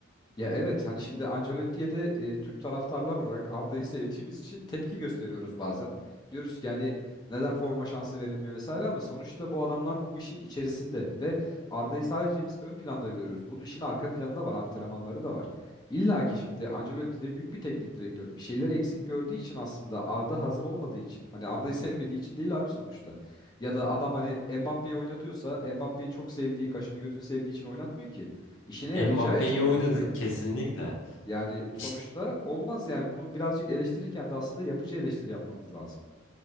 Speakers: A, on the left (about 20°); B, on the left (about 80°).
A: Ya evet hani şimdi Ancelotti'ye de e, Türk taraftarlar olarak Arda'yı sevdiğimiz için tepki gösteriyoruz bazen. Diyoruz ki yani neden forma şansı verilmiyor vesaire ama sonuçta bu adamlar bu işin içerisinde ve Arda'yı sadece biz ön planda görüyoruz. Bu işin arka planı da var, antrenmanları da var. İlla ki şimdi Ancelotti de büyük bir teknik direktör. Bir şeyler eksik gördüğü için aslında Arda hazır olmadığı için. Hani Arda'yı <laughs> sevmediği için değil abi sonuçta. Ya da adam hani Mbappé'yi oynatıyorsa Mbappé'yi çok sevdiği, kaşını gözünü sevdiği için oynatmıyor ki. İşine yarayacağı
B: Mbappe
A: için
B: iyi
A: oynatıyor.
B: oynadı kesinlikle.
A: Yani
B: İşte
A: sonuçta olmaz yani bunu birazcık eleştirirken de aslında yapıcı eleştiri yapmamız lazım.